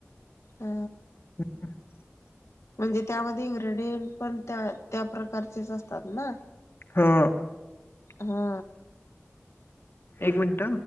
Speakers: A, on the left (about 80°); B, on the left (about 55°).
A: अ.
B: <unintelligible>
A: म्हणजे त्यामध्ये इन्ग्रेडियंट पण त्या त्या प्रकारचेच असतात ना?
B: हा.
A: हा.
B: एक मिनिट.